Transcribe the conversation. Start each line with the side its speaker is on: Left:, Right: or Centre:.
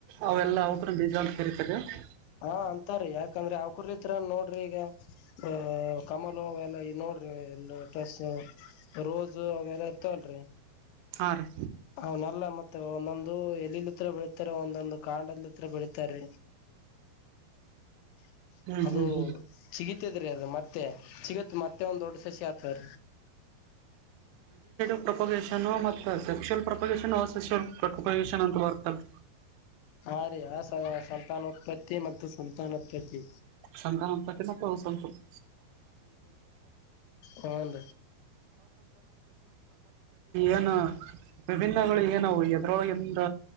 Right: ಅವೆಲ್ಲ ಅವಕ್ರ ಬೀಜ ಅಂತ ಕರೀತಾರೆ ರಿ
Left: ಹಾ ಅಂತಾರೀ ಯಾಕಂದ್ರೆ ಅವ್ ಕೂಡಲಿತ್ರರ ನೋಡ್ರಿ ಈಗ ಅ ಕಮಲು ಅವೆಲ್ಲ ಈ ನೋಡ್ರಿ ಲೊಟಸ್ ರೋಜ ಅವೆಲ್ಲಾ ಇರ್ತವಲ್ರರಿ
Right: ಹಾ ರೀ
Left: ಅವನಲ್ಲ ಮತ್ತೆ ಒಂದೊಂದು ಎಲಿಲ್ ಹತ್ರ ಬೆಳಿತಾರ ಒಂದೊಂದು ಕಾಡಲ್ ಹತ್ರ ಬೆಳಿತಾರೀ <unintelligible> <unintelligible>
Right: ಹ್ಮ್ ಹ್ಮ್ ಹ್ಮ್
Left: ಮತ್ತೆ ಸಿಗತ್ ಮತ್ತೆ ಒಂದ್ ದೊಡ್ಡ ಸಸಿ ಹತರ
Right: <unintelligible> ಸೆಕ್ಷುಲ್ <unintelligible>
Left: ಹಾ ರೀ ಆ ಸ ಸಂತಾನೋತ್ಪತ್ತಿ ಮತ್ತು ಸಂತೋನಾಥ್ಪತ್ತಿ
Right: ಸಂತಾನೋತ್ಪತ್ತಿ <unintelligible> <unintelligible>
Left: ಹನ್
Right: ಏನು ವಿಭಿನ್ನಗಳು ಏನವು ಎದ್ರೊಳಗಿಂದ